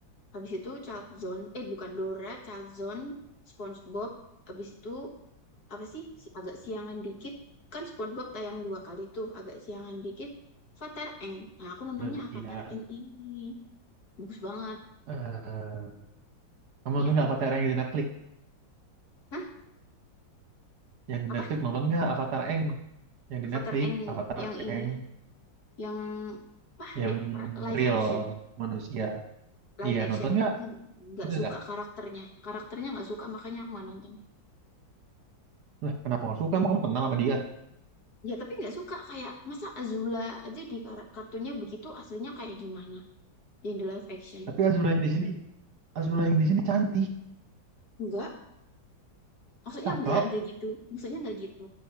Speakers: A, on the left (about 55°); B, on the right (about 60°).
A: Habis itu Child Zone. Eh bukan Dora, Child Zone, SpongeBob. Habis itu apa sih? Si- Agak siangan dikit. Kan SpongeBob tayang dua kali tuh. Agak siangan dikit. Avatar Eng. Nah aku nontonnya
B: Indosiar.
A: Avatar Eng ini. Bagus banget.
B: Eh, kamu
A: Iya
B: nonton nggak
A: kan?
B: Avatar yang di Netflix?
A: Hah?
B: Yang di
A: Apa?
B: Netflix nonton nggak Avatar Eng? Yang di
A: Avatar
B: Netflix
A: Eng
B: Avatar
A: yang ini.
B: Eng
A: Yang apa?
B: yang
A: Re- live
B: real
A: action.
B: manusia.
A: live
B: Iya
A: action
B: nonton nggak?
A: Hmm, nggak
B: Nggak
A: suka
B: nggak.
A: karakternya karakternya nggak suka makanya aku nggak nonton
B: Lah kenapa nggak suka? Emang kamu kenal sama dia?
A: ya tapi nggak suka kayak masa Azula aja di kar- kartunya begitu aslinya kayak gimana yang di live action
B: Tapi Azula yang di sini, Azula yang di sini cantik,
A: enggak, maksudnya
B: cakep.
A: enggak enggak gitu maksudnya nggak gitu